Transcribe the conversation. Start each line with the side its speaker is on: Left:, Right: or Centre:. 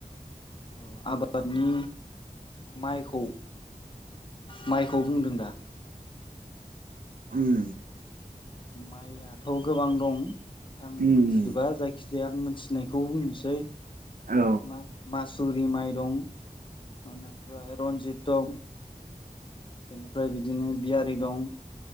Left: औ आबादनि माइखौ माइखौ बुंदों दा?
Right: उम
Left: माइयाथ' गोबां दं आं
Right: उम
Left: मिथिजोबा जायखिजाया आं थिनायखौ बुंनोसै
Right: उम औ
Left: मा-मासु सुरि माइ दं इनिफ्राय रन्जित दं बेनिफ्राय बिदिनो बियारि दं